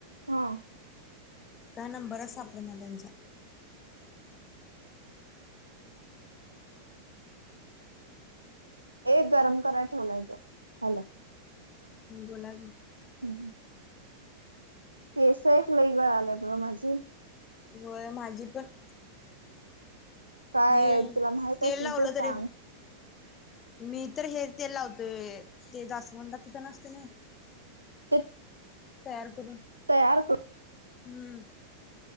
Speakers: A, on the right; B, on the left.
A: हां
B: कायं नंबर आहे सापडे वाल्यांचा
A: एक गरमं करांयला ठेवलायेते हॉलो
B: बोलां
A: हम्मं केस लई गळांलेत गं माझे
B: व्हयं माझी पणं
A: काय
B: ये
A: तुला माहित
B: तेल
A: असलं
B: लावलं
A: तर सांग
B: तरी मी तरं हे तेल लावतोय ते दासवंला तिथं नसते नां
A: ते
B: तयार करूंन
A: तयार करूंन
B: हम्मं